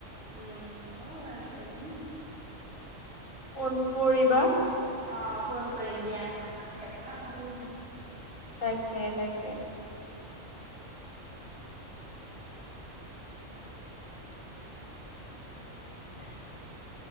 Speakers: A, on the right; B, on the left.
A: উম! হ'ব বাৰু <unintelligible>
B: ফোন কৰিবা?
A: অ'! ফোন কৰিম দিয়া। আপুনি দিয়টো ন'?
B: উম, তাকে - তাকে।
A: <unintelligible>